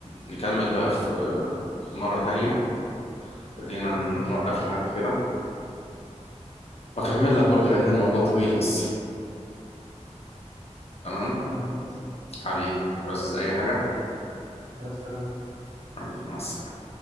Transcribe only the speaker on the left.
نكمل بقى في في مرة تانية خلينا
نوقف لحد كده واكمل لك برضه لان الموضوع طويل لسه تمام
حبيبي تعزز اي حاجة
حبيبي، مع السلامة